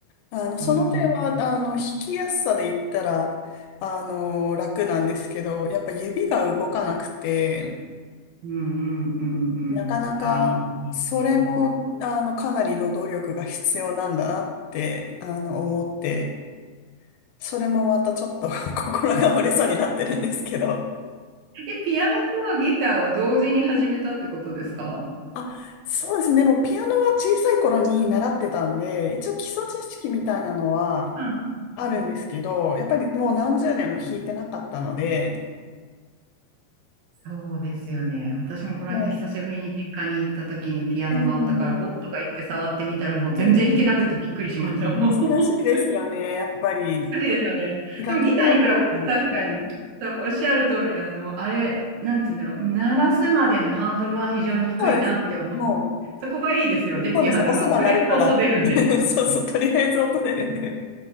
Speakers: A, on the left; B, on the right.
A: あの、その点は、
B: うん、うん、
A: あの、弾きやすさで言ったら、あの、楽なんですけど、やっぱ指が動かなくて、
B: うん、うん、うん。
A: なかなか、
B: あれもいい。
A: それも、あの、かなりの努力が必要なんだなって、あの、思って、それもまたちょっと <laughs> 心が折れそうになってるんですけど。
B: え、ピアノとギターを同時に始めたってことですか
A: あ、そうですね。でも、ピアノは小さい頃に習ってたんで、一応基礎知識みたいなのは
B: うん
A: あるんですけど、
B: うんうん
A: やっぱりもう何十年も弾いてなかったので、
B: そうですよね。私もこの間久しぶりに実家に行った時にピアノがあったから、
A: もう、えー
B: おっとか言って触ってみたらもう全然弾けなくてびっくりしました。
A: えー
B: <laughs> もう本当に
A: 難しいですよね。やっぱり、
B: 難しいですよね。
A: 楽譜読むのも、
B: でもギターに比べると確かに、
A: はい。
B: そうおっしゃる通り、あの、あれ、なんて言うんだろう、鳴らすまでのハードルは非常に低いなって思って、
A: そうですね。もう、
B: そこがいいですよね、ピアノは。
A: そうですね。押せば鳴るから。
B: とりあえず音出るんで。
A: <laughs> そうそう。とりあえず音出るんで。